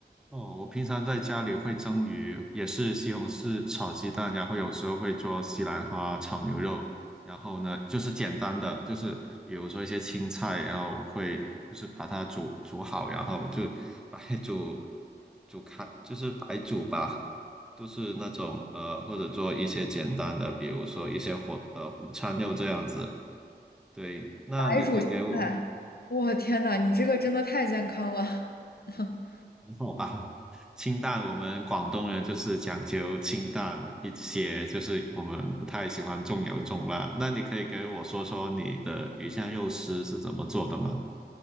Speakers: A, in the centre; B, on the left (about 60°).
A: 哦，我平常在家里会蒸鱼，也是西红柿炒鸡蛋，然后有时候会做西兰花炒牛肉，然后呢，就是简单的，就是比如说一些青菜，然后会就是把它煮煮好，然后就白煮煮开，就是白煮吧，都是那种呃，或者做一些简单的，比如说一些火呃午餐肉这样子。对，那你可以给我。
B: 白煮青菜，我天呐，你这个真的太健康了。<laughs>
A: 好吧，清淡，我们广东人就是讲究清淡一些，就是我们不太喜欢重油重辣。那你可以给我说说你的鱼香肉丝是怎么做的吗？